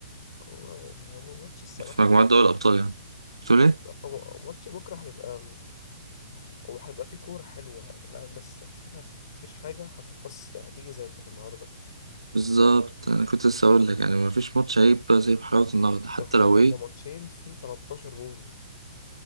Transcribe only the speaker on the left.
هو يعني هو ماتش الصراحة
بكرة
هو ماتش بكرة هيبقى هو هيبقى فيه كورة حلوة يعني مع- بس مفيش حاجة مفيش حاجة هتقص يعني هتيجي زي بتاعت النهاردة
انت
متخيل
ان
ماتشين فيه 13 جون